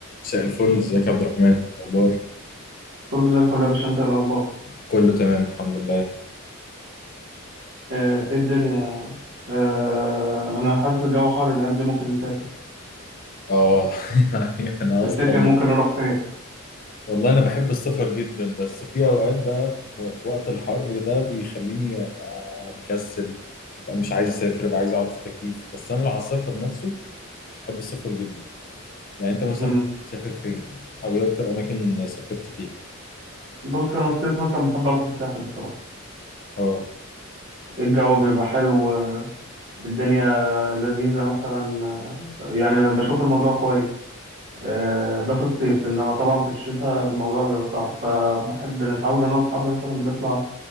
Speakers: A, on the left; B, on the right.
A: مساء الفل ازيك يا عبد الرحمن اخبار
B: كله زي الفل يا باشا انت ايه الاخبار
A: كله تمام الحمد لله
B: آه، ايه الدنيا آه، انا حاسس الجو حر الايام دي ممكن نسافر
A: اه <laughs> يعني انا
B: تفتكر
A: اصلا
B: ممكن نروح فين
A: والله انا بحب السفر جدا بس في اوقات بقى في في وقت الحر ده بيخليني ابقى مكسل ابقى مش عايز اسافر ابقى عايز اقعد في التكييف بس انا لو على السفر نفسه بحب السفر جدا يعني انت مثلا
B: مم.
A: بتسافر فين او ايه اكتر اماكن سافرت فيها
B: بص انا الصيف مثلا بحب اروح الساحل بصراحه
A: اه
B: الجو بيبقى حلو آه، الدنيا لذيذه مثلا آه، يعني بشوف الموضوع كويس آه، ده في الصيف انما طبعا في الشتاء الموضوع بيبقى صعب فبحب نتعود انا واصحابي مثلا بنطلع